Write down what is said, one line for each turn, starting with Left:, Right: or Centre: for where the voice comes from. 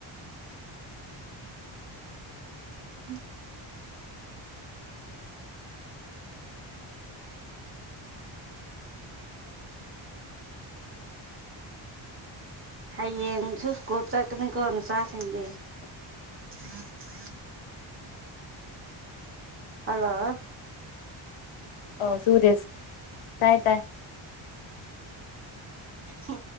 Right: ꯎꯝ ꯍꯌꯦꯡꯁꯨ ꯁ꯭ꯀꯨꯜ ꯆꯠꯀꯅꯤꯀꯣ ꯅꯨꯆꯥꯁꯤꯡꯗꯤ ꯊ꯭ꯔꯤ ꯊ꯭ꯔꯤ ꯍꯜꯂꯣ
Left: ꯑꯣ ꯁꯨꯔꯦꯁ ꯇꯥꯏ ꯇꯥꯏ
Right: ꯎ